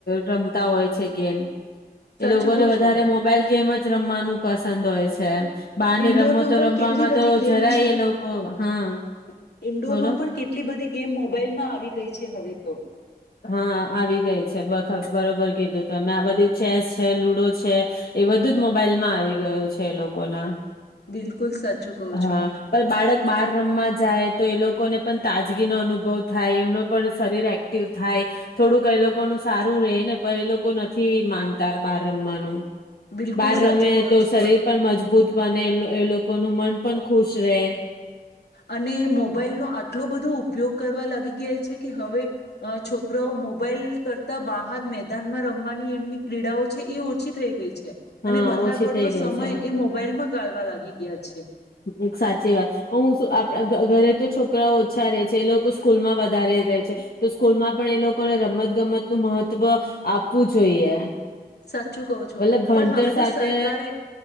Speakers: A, on the left; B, on the left.
A: રમતા હોય છે ગેમ એ
B: સાચું
A: લોકોને
B: કહો
A: વધારે
B: છો
A: મોબાઈલ ગેમ જ રમવાનું પસંદ હોય છે છે બહાર ને
B: ઈન્ડોરમાં
A: રમો તો
B: પણ
A: રમમાં
B: કેટલી બધી
A: તો
B: ગેમ
A: જરાય એ લોકો હા
B: ઇડોરમાં
A: બોલો
B: પણ કેટલી બધી ગેમ મોબાઈલમાં આવી ગઈ છે છે હવે તો
A: હા આવી ગઈ છે બખ બરોબર કીધું તમે આ બધી ચેસ છે લુડો છે એ બધું જ મોબાઈલમાં આવી ગયું છે એ લોકોના
B: બિલકુલ સાચું કહો
A: હા
B: છો
A: પણ બાળક બાર રમવા જાય. તો એ લોકોને પણ તાજગી નો અનુભવ થાય એમનો પણ શરીર એક્ટ થાય થોડુંક એ લોકોનું સારું રહે ને પણ એ લોકો નથી માનતા બાર રમવાનું.
B: બિલકુલ
A: બહાર
B: સાચું
A: રમે
B: કહો
A: તો
B: છો
A: શરીર પણ મજબૂત ત બને એ લોકો ન મન પણ ખુશ રહે.
B: અને મોબાઈલનોો આટલો બધો ઉપયોગ કરવા લાગી ગયા છે કે હવે છોકરાઓ મોબાઈલ કરતા બહાર મેદાનમાં રમવાની એમની ક્રીડાઓ છે એ ઓછી થઈ છે
A: હા
B: અને વધારે
A: ઓછી
B: પડતો
A: થઈ ગઈ
B: સમય
A: છે
B: એ મોબાઈલમાં ગાળવા લાગી ગયા છે.
A: એક સાચી વાત હું આપણા ઘરે તો છોકરાઓ ઓછા રહે છે એ લોકો સ્કૂલમાં વધારે રહે છે તો સ્કૂલમાં પણ એ લોકોને રમત ગમત નું મહત્વ આપવું જોઈએ.
B: સાચું કહું છો
A: મતલબ ભણતર
B: પણ હવે
A: સાથે
B: તો સરકારે